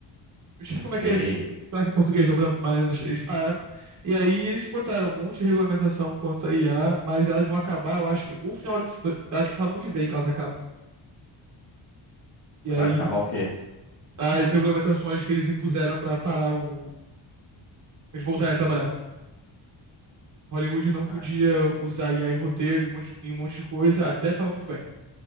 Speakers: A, on the right; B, on the left.
A: Eu sei
B: Sei.
A: como é que é esse sotaque em português do branco, mas eles pararam. E aí eles botaram um monte de regulamentação quanto à IA, mas elas vão acabar, eu acho que, ou final desse, acho que final do ano que vem que elas acabam. E
B: Vai
A: aí
B: acabar o quê?
A: as regulamentações que eles impuseram pra parar o, eles voltarem a trabalhar. Hollywood não
B: Ah,
A: podia
B: entendi.
A: usar IA em roteiro, em um monte de, em um monte de coisa, até final do ano que vem.